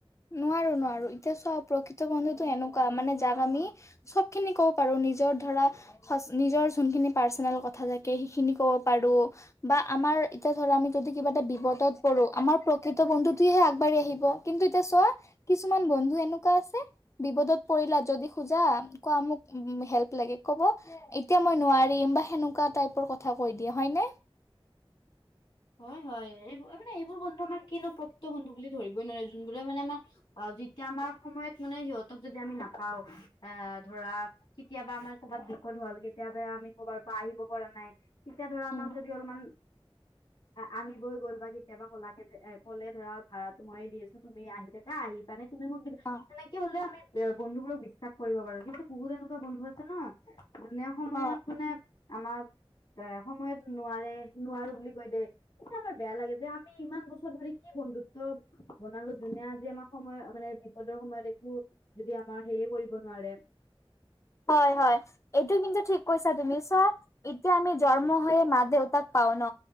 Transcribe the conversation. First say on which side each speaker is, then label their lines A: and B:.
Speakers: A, on the left; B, on the left.
A: নোৱাৰো নোৱাৰো এতিয়া চা প্ৰকৃত বন্ধুতো এনেকুৱা মানে যাক আমি চব খিনি কব পাৰো নিজৰ ধৰা নিজৰ যোনখিনি পাৰ্চনেল কথা থাকে সেইখিনি ক'ব পাৰো বা আমাৰ এতিয়া ধৰা আমি যদি কিবা এটা বিপদত পঢো আমাৰ প্ৰকৃত বন্ধুটোহে আগবাঢ়ি আহিব, কিন্তু চোৱা কিছুমান বন্ধু এনেকুৱা আছে বিপদত পৰিলা যদি খোজা কোৱা মোক হেল্প লাগে কব এতিয়া মই নোৱাৰিম বা সেনেকুৱা টাইপৰ কথা কৈ দিয়ে হয়নে?
B: হয় হয় এইবোৰ মানে এইবোৰ বন্ধু আমাৰ কিনো প্ৰকৃত বন্ধু বুলি ধৰিবই নোৱাৰে যোনবোৰে মানে আমাক অ, যেতিয়া আমাৰ সময়ত মানে সিহঁতক যদি আমি নাপাওঁ এ ধৰা কেতিয়াবা আমাৰ কৰ'ৰবাত বিত হ'ল কেতিয়াবা আমি কৰ'বাৰ পৰা আহিব পৰা নাই, তেতিয়া ধৰা
A: উম
B: আমাক যদি অলপমান আনিবই গ'ল বা কেতিয়াবা ক'লাক যে ক'লে ধৰা ভাড়া মইে দি আছো তুমি আহি থাকা, আহি মানে তুমি মোক দিবােনেকে
A: অ
B: হলেও আমি বন্ধু বোৰক বিশ্বাস কৰিব বাৰু কিন্তু বহুত এনেকুৱা বন্ধু আছে ন এনে সময়ত
A: অ
B: মানে আমাক এ সময়ত নোৱাৰে নোৱাৰো বুলি কৈ দে। আমাৰ বেয়া লাগে যে আমি ইমান বছৰ ধৰি কি বন্ধুত্ব বনালো ধুনে আজি আমাৰ সময় মানে দৰ সময়ত একো যদি আমাৰ সেয়ে কৰিব নোৱাৰে,
A: হয়, হয়, এইটো কিন্তু ঠিক কৈছা তুমি চোৱা আ জন্ম হৈ মা দেউতাক পাও ন,